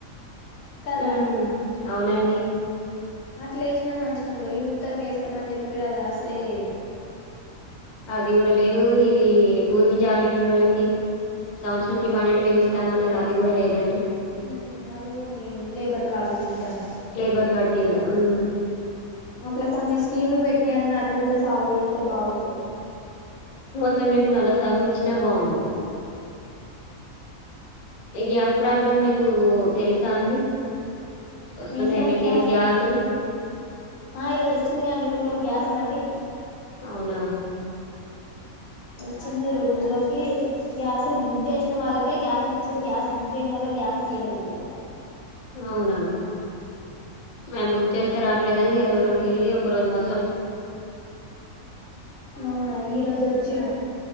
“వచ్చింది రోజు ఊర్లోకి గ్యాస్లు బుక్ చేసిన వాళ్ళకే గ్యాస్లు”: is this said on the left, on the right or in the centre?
Left